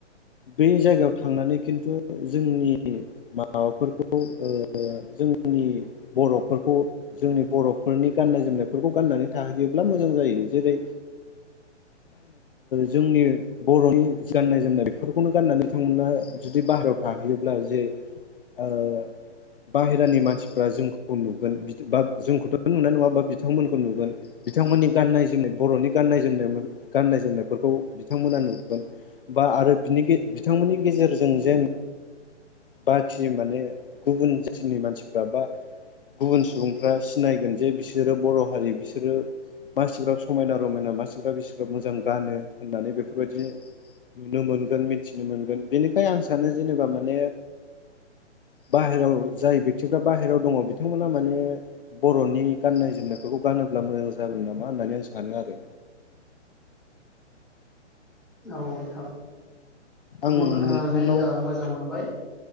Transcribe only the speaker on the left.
बे जायगायाव थांनानै खिन्थु जोंनि माबा फोरखौ ओ जोंनि बर 'फोरखौ, जोंनि बर' फोरनि गाननाय-जोमनाय फोरखौ गाननानै थाहैयोब्ला मोजां जायो। जेरै जोंनि बर'नि गाननाय-जोमनाय फोरखौनो गाननानै बिथांमोना जुदि बाहेरायाव थाहैयोब्ला जे ओ बाहेरानि मानसिफ्रा जोंखौ नुगोन बा जोंखौथ' नुनाय नङा बा बिथांमोनखौ नुगोन, बिथां मोननि गाननाय-जोमनाय बर'नि गाननाय जोमनाय गाननाय जोमनाय फोरखौ बिथांमोना नुगोन बा आरो बेनि गेजेर बिथां मोननि गेजेरजों जेन बाखि माने गुबुन जाथिनि मानसिफ्रा बा गुबुन सुबुंफ्रा सिनायगोन जे बिसोरो बर' हारि बिसोरो मासिग्राब समायना- रमायना मासिग्राब बिसिग्राब मोजां गानो होननानै बेफोरबायदि नुनो मोन गोन मिथिनो मोनगोन बेनिखायनो आं सानो जेनेबा माने बाहेराव जाय बेक्टिफ्रा बाहेरायाव दङ' बिथां मोना माने बर'नि गाननाय-जोमनाय फोरखौ गानोब्ला मोजां जागोन नामा होननानै आं सानो आरो।
आं
नोंथांनाव